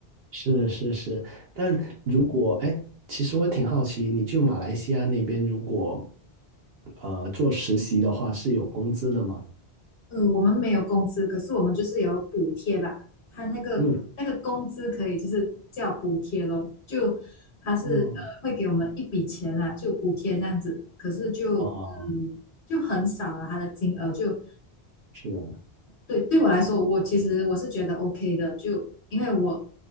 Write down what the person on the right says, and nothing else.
是是是，但如果哎，其实我挺好奇，你就马来西亚那边如果呃做实习的话，是有工资的吗？
嗯，
嗯，
哦，
是，